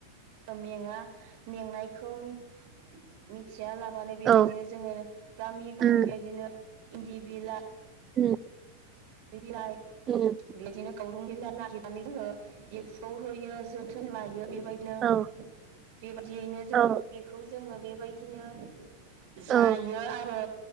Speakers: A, on the right; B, on the right.
A: मेंङा मेंनायखौ मिथि बिया लाबानो बेबायदिनो
B: औ
A: जोङो गामि गामि
B: उम
A: बेबायदिनो इन्दि बिलाइ
B: उम
A: बिलाइ
B: उम
A: बेयो दिनो गावरं बिला नागिरनानै जोङो एफ्फौ होयो जोथोन लायो बे बेबायदिनो
B: औ
A: बेबायदियैनो जों
B: औ
A: बेखौ जोङो बे बेबायदिनो जायो
B: औ
A: आरो